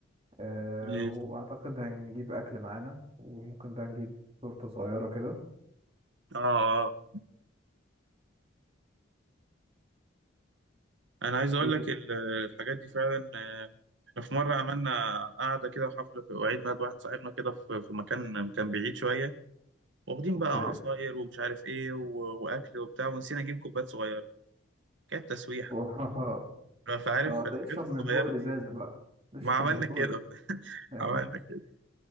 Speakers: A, on the right; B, on the right.
A: آه،
B: مم.
A: واعتقد هنجيب اكل معانا وممكن بقى نجيب تورتة صغيرة كده
B: اه انا عايز اقول
A: ايه
B: لك
A: تاني
B: ال- الحاجات دي فعلا آه، احنا في مره عملنا قعده كده وحفله في وعيد ميلاد واحد صاحبنا كده في في مكان كان بعيد شويه واخدين
A: اوكي
B: بقى عصاير ومش عارف ايه و- واكل وبتاع ونسينا نجيب كوبايات صغيره كانت تسويحه
A: <laughs>
B: فعارف
A: آه،
B: الحاجات
A: اشرب
B: الصغيره
A: من بوق الازازة
B: دي
A: بقى اشرب
B: ما عملنا
A: من بوق
B: كده <laughs>
A: الإزازة.
B: عملنا كده
A: <laughs>